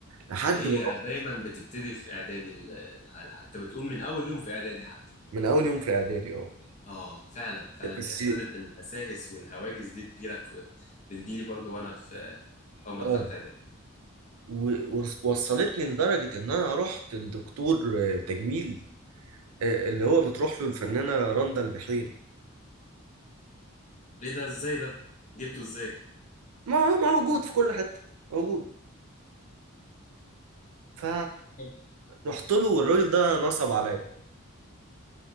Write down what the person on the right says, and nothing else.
لحد
ما رحت
من أول يوم في إعدادي أه
بس
أه
و- وص- وصلتني لدرجة إن أنا رحت لدكتور آه، تجميل آه، اللي هو بتروح له الفنانة رندا البحيري
ما هو موجود في كل حتة موجود ف
رحت له والراجل ده نصب عليا